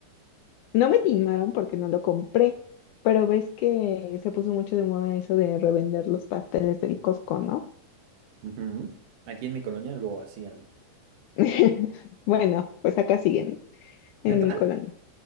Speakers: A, on the left; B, on the right.
A: no me timaron porque no lo compré. Pero ves que se puso mucho de moda eso de revender los pasteles del Costco, ¿no?
B: Ujú. Aquí en mi colonia lo hacían.
A: <laughs> Bueno, pues acá siguen, ¿no?
B: ¿Neta?
A: en mi colonia.